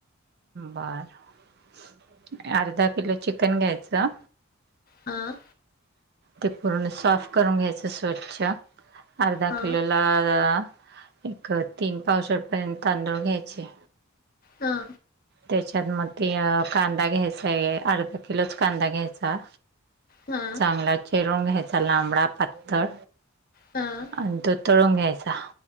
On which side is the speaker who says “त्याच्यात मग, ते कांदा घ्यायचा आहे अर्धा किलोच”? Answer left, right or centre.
Right